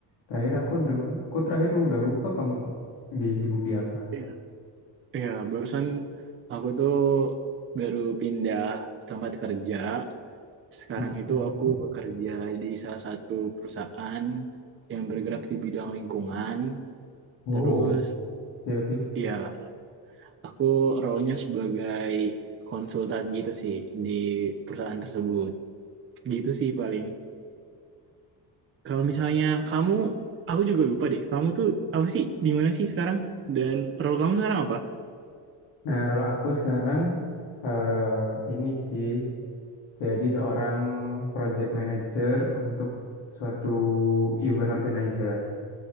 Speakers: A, on the left; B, on the right.
A: Terakhir aku deng, aku terakhir lu udah lupa kamu di sibuk di apa?
B: Iya. Ya, barusan aku tuh baru pindah tempat kerja. Sekarang
A: Mm-mm.
B: itu aku bekerja di salah satu perusahaan yang bergerak di bidang lingkungan.
A: Oh,
B: Terus,
A: oke oke.
B: ya, aku role-nya sebagai konsultan gitu sih di perusahaan tersebut. gitu sih paling kalau misalnya kamu aku juga lupa deh kamu tuh apa sih di mana sih sekarang dan role kamu sekarang apa
A: Nah, kalau aku sekarang eh ini sih jadi seorang project manager untuk suatu event organizer